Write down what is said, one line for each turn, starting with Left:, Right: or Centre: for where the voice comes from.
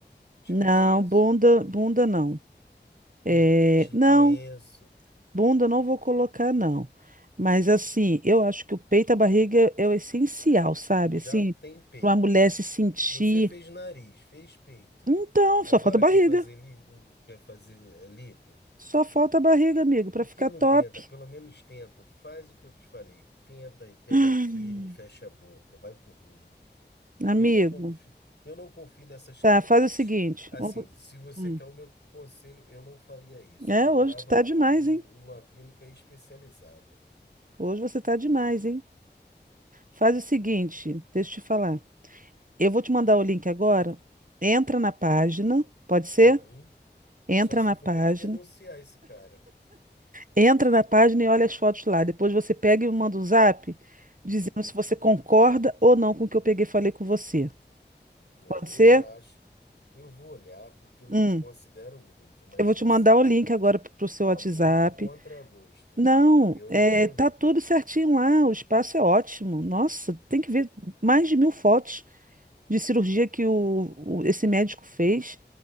Left: Te
Right: Não,
Left: conheço.
Right: bunda, bunda não. É,
Left: Hum, te
Right: não,
Left: conheço.
Right: bunda não vou colocar, não. Mas assim, eu acho que o peito e a barriga é o essencial, sabe?
Left: Já
Right: Assim,
Left: tem peito.
Right: para uma mulher se sentir.
Left: Você fez nariz, fez peito.
Right: Então,
Left: Agora
Right: só falta barriga.
Left: quer fazer li, hum, quer fazer eh, lipo?
Right: Só falta a barriga, amigo, para
Left: Por
Right: ficar
Left: que não
Right: top.
Left: tenta? Pelo menos tenta. Faz o que eu te falei. Tenta e pega
Right: Hum,
Left: firme, fecha a boca. Vai por mim.
Right: Amigo,
Left: Eu não confio, eu não confio nessas
Right: tá,
Left: clínicas.
Right: faz o seguinte.
Left: Assim,
Right: vamos-
Left: se você
Right: hum,
Left: quer o meu conselho, eu não faria isso.
Right: É,
Left: Procurava
Right: hoje tu tá demais,
Left: um-
Right: hein?
Left: uma clínica especializada.
Right: Hoje você tá demais, hein? Faz
Left: Hum.
Right: o seguinte, deixa eu te falar. Eu vou te mandar o link agora. Entra na página, pode ser?
Left: Uhum.
Right: Entra
Left: Só se
Right: na página.
Left: for para me denunciar esse cara.
Right: Entra na página e olha as fotos lá. Depois você pega e me manda um zap dizendo
Left: Uhum.
Right: se você concorda ou não com o que eu peguei e falei com você.
Left: É,
Right: Pode ser?
Left: eu já acho. Eu vou olhar porque eu
Right: Hum.
Left: te considero muito, mas
Right: Eu vou te
Left: assim,
Right: mandar o link
Left: eu-
Right: agora pro pro seu
Left: há
Right: WhatsApp.
Left: muito contragosto.
Right: Não,
Left: Eu
Right: é,
Left: não quero,
Right: tá
Left: não.
Right: tudo certinho lá, o espaço é ótimo. Nossa, tem que ver mais de mil fotos de cirurgia que o, o- esse médico fez.